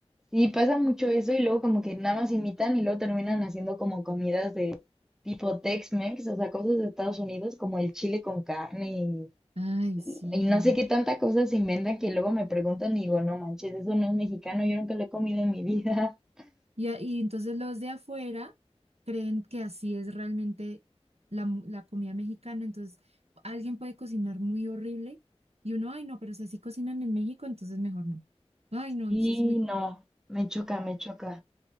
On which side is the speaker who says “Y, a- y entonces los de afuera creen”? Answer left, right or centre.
Right